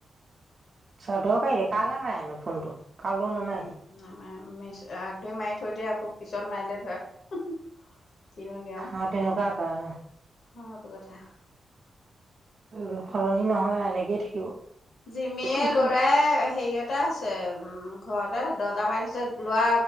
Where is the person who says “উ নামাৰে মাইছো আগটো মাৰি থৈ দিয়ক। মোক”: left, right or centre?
Left